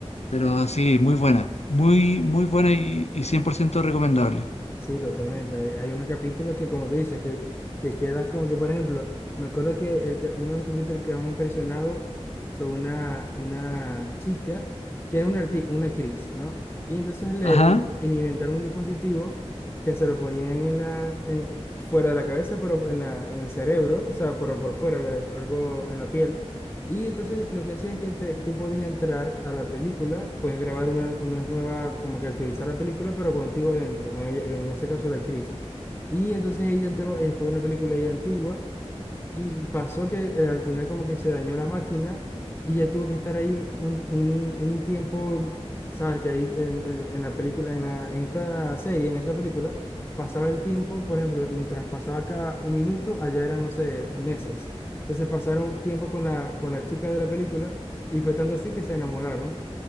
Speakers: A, on the left (about 80°); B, on the left (about 20°).
A: Pero sí, muy buena, muy, muy buena y, y 100% recomendable.
B: sí, totalmente. Hay, hay unos capítulos que, como tú dices, que, que quedas como que, por ejemplo, me acuerdo que, el, que- uno de los capítulos que más me impresionado fue una, una chica que es una, arti- una actriz, ¿no? Y entonces le
A: Ajá.
B: i- inventaron un dispositivo que se lo ponían en la, en- fuera de la cabeza, pero en la, en el cerebro, o sea, pero por fuera, eh, algo en la piel. Y entonces lo que hacía es que te- tú podías entrar a la película, puedes grabar una, una nueva, como que actualizar la película, pero contigo dentro, con ella, en ese caso la actriz. Y entonces ella entró, escogió una película ya antigua y pasó que eh, al final como que se dañó la máquina y ya tuvo que estar ahí un, un- un tiempo, sabes que ahí en, en- en la película, en la, en esta serie, en esa película, pasaba el tiempo, por ejemplo, mientras pasaba acá un minuto, allá eran, no sé, meses. Entonces pasaron tiempo con la, con la chica de la película y fue tanto así que se enamoraron.